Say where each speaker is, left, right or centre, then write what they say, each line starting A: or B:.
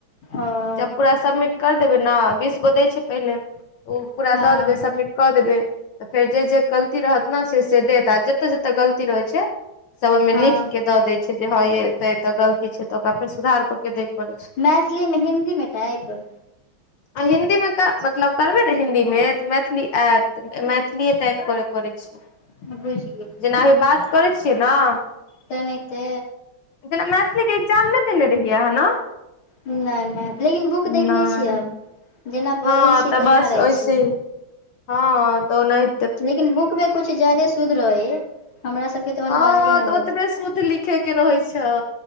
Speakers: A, on the left; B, on the left.
A: ओ
B: जब पूरा सबमिट कर देबै न बीस गो दै छै पहिलै ओ पूरा
A: हँ
B: दऽ देबै सबमिट कऽ देबै तऽ फेर जे -जे गलती रहत न से -से देत आ जतअ - जतअ गलती रहैत छै सब ओहिमें लिख
A: हँ
B: के द देय छै जे हँ य एते एते गलती छै, तऽ ओकरा फेर सुधार क के दय पड़े छै।
A: मैथिलीमे हिन्दी मे टाइप
B: आ हिन्दी मे कर मतलब करबै ने हिंन्दी मे तऽ मैथिली ऐत, मैथिलीए टाइप कर पड़ै छै,
A: बुझि गेलियै
B: जेना अभी बात करै छियै न
A: तेनाहिते
B: जेना मैथिलीके एकग्जाम नइ देने रहियै आहाँ न।
A: नय -नय लेकिन बुक
B: नहि
A: देखने छियै, हम जेना बजय
B: हँ
A: छियै,
B: तऽ
A: तहिना
B: बस
A: रहैत
B: ओहिसे
A: छय।
B: ही हँ तऽ ओनहि
A: लेकिन बुक मे कुछ ज्यादे शुद्ध रहै है हमरा सबके तहन
B: हँ
A: बाजलो नहि
B: तऽ
A: होत
B: ओतबे शुद्ध लिखे के रहे छै,